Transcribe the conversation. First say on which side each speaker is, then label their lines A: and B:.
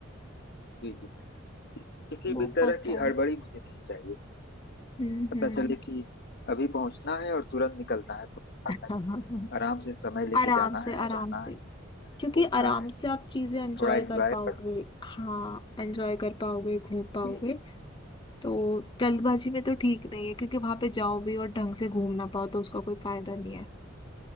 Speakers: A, on the left (about 55°); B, on the left (about 25°).
A: जी किसी
B: बहुत
A: भी तरह की
B: है
A: हड़बड़ी मुझे नहीं चाहिए
B: हम्म
A: पता
B: हम्म
A: चले कि अभी पहुंचना है और तुरंत निकलना है तो ऐसा नहीं।
B: <laughs>
A: आराम से समय लेके
B: आराम
A: जाना
B: से
A: है
B: आराम
A: रहना
B: से
A: है
B: क्योंकि
A: घूमना
B: आराम
A: है
B: से आप चीजें एंजॉय
A: थोड़ा एंजॉय
B: कर पाओगे
A: कर
B: हाँ एंजॉय कर पाओगे घूम पाओगे
A: जी जी
B: तो जल्दबाजी में तो ठीक नहीं है क्योंकि वहां पे जाओ भी और ढंग से घूम ना पाओ तो उसका कोई फायदा नहीं है